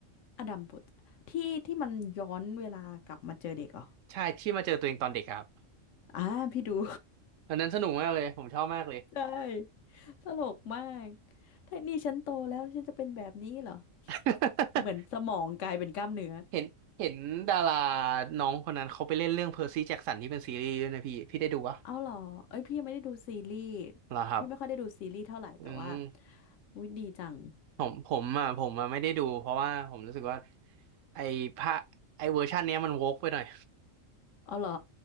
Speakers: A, on the left; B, on the right.
A: อดัมบุตรที่ที่มันย้อนเวลากลับมาเจอเด็กเหรอ
B: ใช่ที่มาเจอตัวเองตอนเด็กอะครับ
A: อ่าพี่ดู
B: ตอนนั้นสนุกมากเลยผมชอบมากเลย
A: ใช่ตลกมากถ้านี่ฉันโตแล้วฉันจะเป็นแบบนี้เหรอ
B: <laughs>
A: เหมือนสมองกลายเป็นกล้ามเนื้อ
B: เห็นเห็นดาราน้องคนนั้นเขาไปเล่นเรื่องเพอร์ซี่แจ็คสันที่เป็นซีรีส์ด้วยนะพี่พี่ได้ดูวะ
A: เอาเหรอเอ้ยพี่ยังไม่ได้ดูซีรีส์
B: เหรอครับ
A: พี่ไม่ค่อยได้ดูซีรีส์เท่าไหร่แต่ว่า
B: อืม
A: อุ๊ยดีจัง
B: ผมผมอ่ะผมอ่ะไม่ได้ดูเพราะว่าผมรู้สึกว่าไอ้พระไอ้เวอร์ชันเนี้ยมันโวกไปหน่อย
A: เอาเหรอ